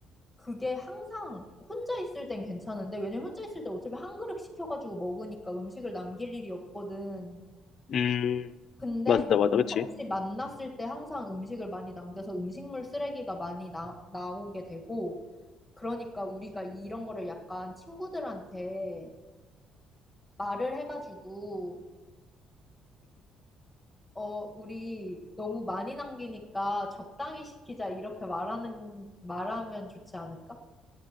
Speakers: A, in the centre; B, on the left.
A: 그게 항상 혼자 있을 땐 괜찮은데, 왜냐면 혼자 있을 때 어차피 한 그릇 시켜가지고 먹으니까 음식을 남길 일이 없거든.
B: 음,
A: 근데
B: 맞아, 맞아. 그치?
A: 같이 만났을 때 항상 음식을 많이 남겨서 음식물 쓰레기가 많이 나, 나오게 되고, 그러니까 우리가 이런 거를 약간 친구들한테 말을 해가지고, 어, 우리 너무 많이 남기니까 적당히 시키자, 이렇게 말하는, 말하면 좋지 않을까?